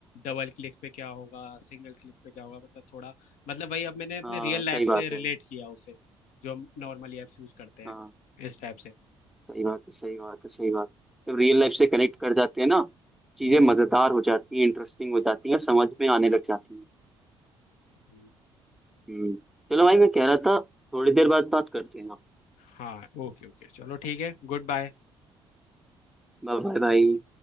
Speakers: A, on the left; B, in the centre.
A: डबल क्लिक पे क्या होगा सिंगल क्लिक पे क्या होगा मतलब थोड़ा मतलब वही अब मैंने अपने
B: हाँ
A: रियल
B: सही
A: लाइफ
B: बात
A: से रिलेट
B: है
A: किया उसे जो हम नॉर्मली ऐप्स यूज करते हैं
B: हाँ
A: इस टाइप से
B: सही बात है सही बात है सही बात है। जब रियल लाइफ से कनेक्ट कर जाते हैं ना चीजें
A: हम्म
B: मजेदार हो जाती हैं इंटरेस्टिंग हो जाती हैं समझ में आने लग जाती हैं
A: हम्म।
B: हम्म चलो भाई मैं कह रहा था थोड़ी देर बाद बात करते हैं
A: हाँ ओके ओके चलो ठीक है गुड बाय
B: बाय बाय भाई।